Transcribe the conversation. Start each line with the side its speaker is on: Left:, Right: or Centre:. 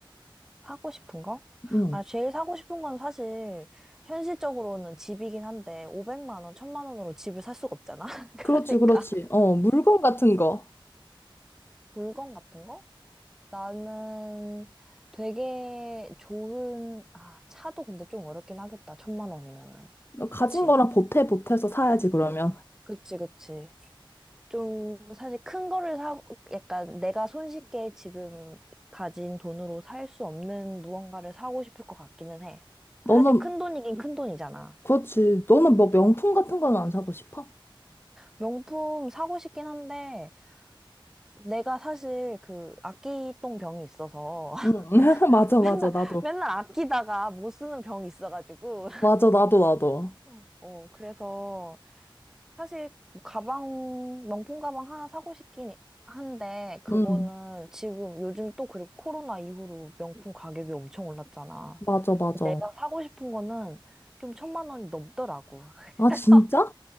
Centre: 사고 싶은 거?
Left: 응.
Centre: 아, 제일 사고 싶은 건 사실, 현실적으로는 집이긴 한데, 500만 원, 1000만 원으로 집을 살 수가 없잖아. <laughs> 그러니까.
Left: 그렇지, 그렇지. 어, 물건 같은 거.
Centre: 물건 같은 거? 나는 되게 좋은, 아, 차도 근데 좀 어렵긴 하겠다. 1000만 원이면은.
Left: 너 가진
Centre: 그치.
Left: 거랑 보태 보태서 사야지 그러면.
Centre: 그치, 그치. 좀 사실 큰 거를 사고 약간 내가 손쉽게 지금 가진 돈으로 살 수 없는 무언가를 사고 싶을 것 같기는 해.
Left: 너는
Centre: 사실 큰 돈이긴 큰 돈이잖아.
Left: 그렇지. 너는 뭐 명품 같은 거는 안 사고 싶어?
Centre: 명품 사고 싶긴 한데 내가 사실 그 아끼똥 병이 있어서
Left: 응.
Centre: <laughs>
Left: <laughs>
Centre: 내가
Left: 맞아, 맞아.
Centre: 맨날
Left: 나도.
Centre: 맨날 아끼다가 못 쓰는 병이 있어가지고
Left: 맞아, 나도, 나도.
Centre: <laughs> 어 그래서 사실 뭐 가방 명품 가방 하나 사고 싶긴 한데 그거는
Left: 응.
Centre: 지금 요즘 또 그리고 코로나 이후로 명품 가격이 엄청 올랐잖아.
Left: 맞아, 맞아.
Centre: 내가 사고 싶은 거는 좀 천만 원이 넘더라고. <laughs>
Left: 아,
Centre: 그래서
Left: 진짜?